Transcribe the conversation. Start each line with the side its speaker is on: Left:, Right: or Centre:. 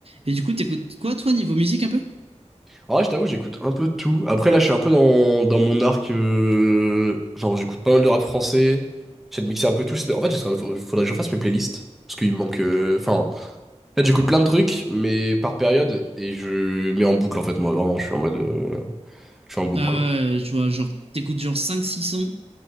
Right: Et du coup, t'écoutes quoi, toi, niveau musique un peu?
Centre: En vrai, je t'avoue, j'écoute un peu de tout. Après, là, je suis un peu dans, dans mon arc. euh, Genre, j'écoute pas mal de rap français. J'essaie de mixer un peu tout. J'essaie de- En fait, j'essaie- faudrait que je fasse mes playlists. Parce qu'il me manque. euh, Enfin, en fait, j'écoute plein de trucs, mais par période. Et je mets en boucle, en fait, moi. Vraiment, je suis en mode. euh, Je suis en boucle,
Right: Ah ouais,
Centre: quoi.
Right: je vois, genre, t'écoutes genre cinq six sons